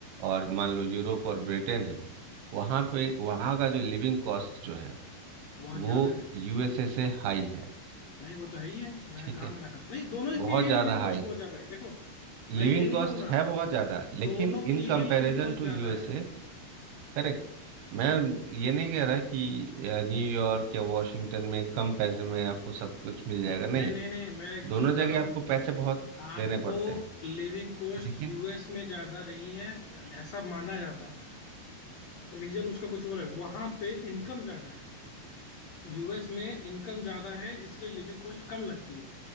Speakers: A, on the right (about 70°); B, on the left (about 80°).
A: और मान लो यूरोप और ब्रिटेन है वहाँ पे वहाँ का जो लिविंग कॉस्ट जो है
B: बहुत ज्यादा
A: वो
B: है
A: यूएसए से हाई है
B: नहीं वो तो है ही है मैं
A: ठीक
B: कहाँ
A: है
B: मना कर नहीं दोनों
A: बहुत
B: की ही
A: ज़्यादा
B: लिविंग
A: हाई
B: कॉस्ट बहुत ज्यादा है देखो
A: लिविंग
B: मैं ये नहीं
A: कॉस्ट
B: कहूंगा
A: है बहुत ज़्यादा लेकिन
B: दोनों
A: in
B: की
A: comparison
B: ही लिविंग कॉस्ट
A: to
B: ज्यादा
A: USA
B: है
A: Correct मैं ये नहीं कह रहा कि अ, न्यूयॉर्क या वॉशिंगटन में कम पैसे में आपको सब कुछ मिल जाएगा
B: नहीं
A: नहीं
B: नहीं नहीं मैं एक चीज
A: दोनों
B: बता
A: जगह
B: रहा हूँ
A: आपको पैसे बहुत
B: आपको
A: देने पड़ते हैं
B: लिविंग कॉस्ट
A: लेकिन
B: यूएस में ज्यादा नहीं है ऐसा माना जाता है रीजन उसका कुछ और है वहां पे इनकम ज्यादा है यूएस में इनकम ज्यादा है इसलिए लिविंग कॉस्ट कम लगती है